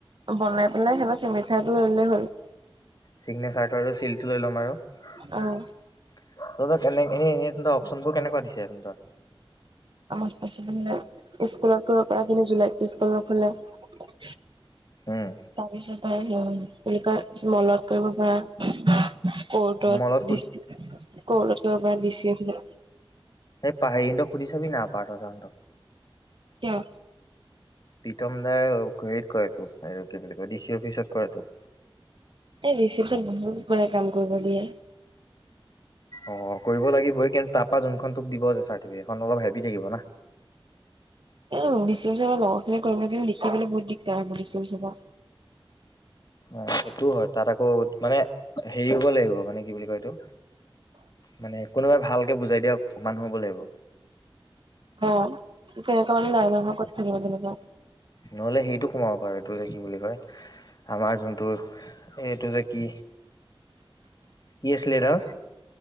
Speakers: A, on the right (about 55°); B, on the left (about 45°).
A: বনাই পেলাই সেইখন চিগনেচাৰটো লৈ ললে হ'ল।
B: চিগনেচাৰটো আৰু চিলটো লৈ ল'ম আৰু। তহঁতৰ
A: আৰু
B: এনে এনেই অপশচনবোৰ কেনেকুৱা দিছে তহঁতৰ?
A: আমাক হাই ছেকেন্দেৰিয়ক স্কুলত কৈ কৰাখিনি জুলাইত স্কুলত খোলে। তাৰপিছতে
B: উম
A: তেনেকুৱা মলত কৰিব পাৰা। কৰ্টত
B: মলত সুধ
A: ডি চি কৰ্টত কৰিব পৰা ডিচি অফিচ।
B: এ পাহেন্দক সুধি চাবি না পাৰ্থ ছাৰহনতক
A: কিয়?
B: প্ৰীতম দাই হেৰিত কৰেতো আৰু কি বুলি কয় ডিচি অফিচত কৰেতো।
A: এই ৰিচিপশচন বহুত মানে কাম কৰিব দিয়ে।
B: অ', কৰিব লাগিবই কিন্তু তাৰপা যোনখন তোক দিব যে চাৰ্টিফিকেট খন অলপ হেভি থাকিব না।
A: <inaudible> ডিচি অফিচত আমাৰ লগৰখিনিয়ে কৰে লিখিবলৈ বহুত দিগদাৰ হয়
B: অ' সেইটো হয় তাত আকৌ মানে হেৰি হ'ব লাগিব, মানে কি বুলি কয় এইটো মানে কোনোবাই ভালকে বুজাই দিয়া মানুহ হ'ব লাগিব।
A: অ' তেনেকোৱা মানুহ নাই নহয়, ক'ত থাকিব তেনেকুৱা?
B: নহ'লে সেইটো সোমাব পাৰো এইটো যে কি বুলি কয় আমাৰ যোনটো এইটো যে কি কি আছিলে এইদাল